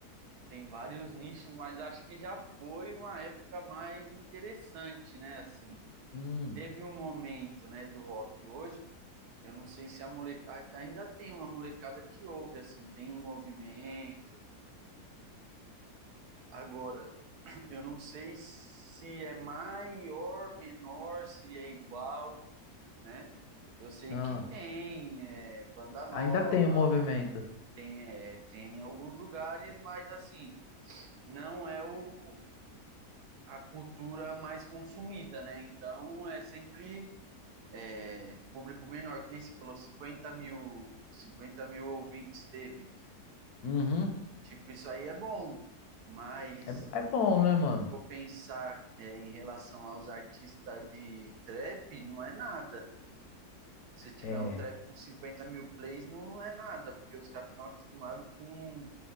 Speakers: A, on the right; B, on the left.
A: tem vários nichos, mas acho que já foi uma época mais interessante, né? Assim,
B: Hum,
A: teve um momento, né, do rock hoje. Eu não sei se a molecada ainda tem uma molecada que ouve, assim, tem um movimento. Agora, <clears throat> eu não sei se é maior, menor, se é igual, né? Eu sei
B: ah,
A: que tem é, banda nova,
B: Ainda tem o movimento.
A: tem, é, tem alguns lugares, mas assim, não é o, a cultura mais consumida, né? Então é sempre é, público menor, que nem se falou, 50 mil, 50 mil ouvintes teve.
B: uhum.
A: Tipo, isso aí é bom, mas
B: É, é bom, né, mano?
A: vou pensar é, em relação aos artistas de trap, não é nada. Se tiver
B: É,
A: um trap com 50 mil plays, não é nada, porque os caras estão acostumados com